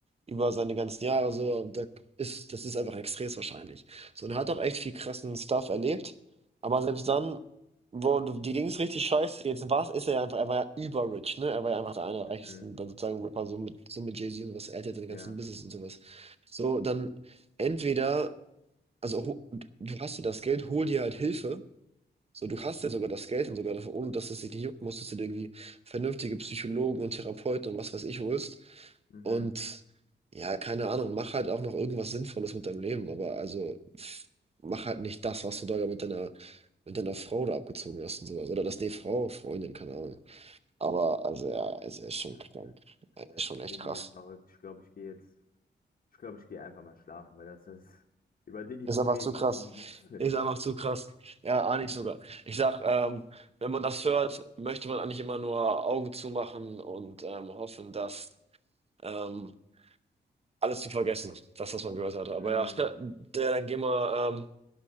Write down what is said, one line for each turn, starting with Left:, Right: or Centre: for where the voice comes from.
Right: über seine ganzen Jahre so, da ist, das ist einfach extrem wahrscheinlich. So, und er hat auch echt viel krassen Stuff erlebt, aber selbst dann Boah, du- die Ding ist richtig scheiße. Jetzt war ist er ja einfach, er war ja überrich, ne? Er war ja einfach der einer der
Left: Mhm.
Right: reichsten, dann sozusagen Rapper, so mit, so mit Jay-Z und sowas. Er hat ja seine ganzen
Left: Ja.
Right: Business und sowas. So, dann entweder, also ho- du hast ja das Geld, hol dir halt Hilfe. So, du hast ja sogar das Geld und sogar dafür, ohne dass es dich nicht jucken muss, dass du dir irgendwie vernünftige Psychologen und Therapeuten und was weiß ich holst.
Left: Mhm.
Right: Und ja, keine Ahnung, mach halt auch noch irgendwas Sinnvolles mit deinem Leben, aber also pff, mach halt nicht das, was du da mit deiner mit deiner Frau da abgezogen hast und sowas Oder das, ne, Frau, Freundin, keine Ahnung. Aber, also, ja, also, er ist schon
Left: Ja,
Right: krank. Er ist schon
Left: Ich,
Right: echt
Left: Didi
Right: krass.
Left: ist verrückt. Ich glaube, ich gehe jetzt. Ich glaube, ich gehe einfach mal schlafen, weil das ist. Über Didi
Right: Ist
Left: zu
Right: einfach
Left: reden
Right: zu krass.
Left: bringt nichts. Ne?
Right: Ist einfach zu krass. Ja, ahne ich sogar. Ich sag, ähm, wenn man das hört, möchte man eigentlich immer nur Augen zumachen und ähm, hoffen, dass ähm, alles zu vergessen ist. Das, was man gehört hatte. Aber
Left: Mm,
Right: ja, <laughs> der, dann gehen wir ähm,